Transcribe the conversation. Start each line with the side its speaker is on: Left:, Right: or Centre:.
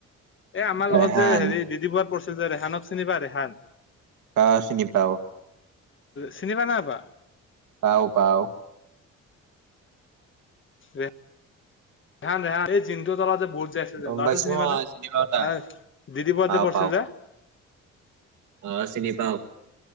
Left: এ আমাৰ লগত
Right: ৰেহান
Left: যে হেৰি বিবি বৰাত পৰচে যে ৰেহানক চিনি পাই ৰেহান?
Right: আহ চিনি পাওঁ।
Left: চিনি পা না নাপা?
Right: পাও - পাও।
Left: ৰে ৰেহান -ৰেহানহ এই জিণ্টু হতৰ লগত যে বহুত যে আছিল
Right: গম
Left: যে ল'ৰাতোক
Right: পাইছো
Left: চিনি
Right: মই
Left: পানা
Right: পাও তাক
Left: এই ডি ডি বৰুৱাত
Right: পাও
Left: যে পঢ়ছিল
Right: পাও
Left: যে?
Right: অ' চিনি পাওঁ